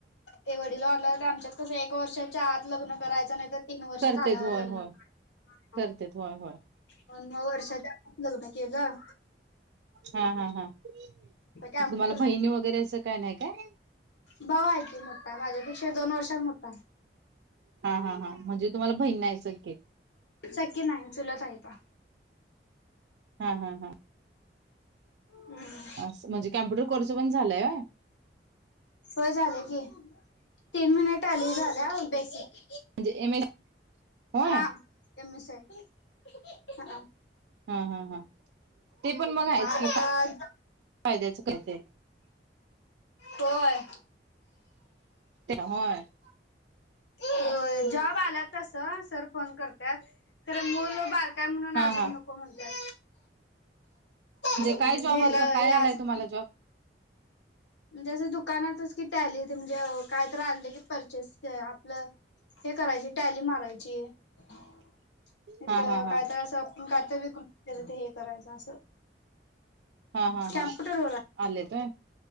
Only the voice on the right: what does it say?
करतेत
होय
होय
करतेत होय होय
हा हा हा, मग
तुम्हाला बहिणी वगैरे असं काय नाही काय?
हा हा हां म्हणजे तुम्हाला बहिण नाही सख्खी
हा हा हा.
अस म्हणजे कॅम्प्युटर कोर्स पण झालाय.
म्हणजे एम एस होय
हा हा हा. ते पण मग आहेच
की फायद्याचं काय ते
<unintelligible>
हा
हा
काय जॉब
असा काय
आलाय
तुम्हाला जॉब
हा
हा हा
हा हा
हा
आलेत होय